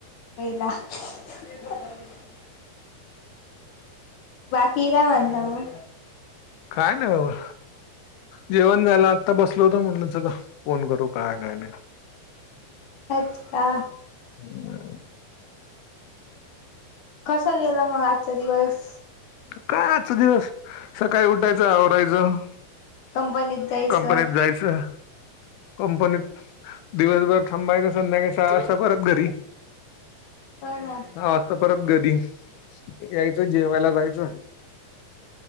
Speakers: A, on the left (about 60°); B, on the left (about 80°).
A: <unintelligible> बाकी काय म्हणता म
B: काय ना बाबा जेवण जायला आत्ता बसलो होतो म्हणलं चला फोन करू काय काय नाही
A: अच्छा
B: हम्
A: कसं गेलं मग आजचा दिवस.
B: कायच दिवस सकाळी उठायचं आवरायचं.
A: कंपनीत जायचं
B: कंपनीत जायचं. कंपनीत दिवसभर थांबायच संध्याकाळी सहा वाजता परत घरी.
A: हो ना
B: ह वाजता परत घरी यायचं जेवायला जायचं.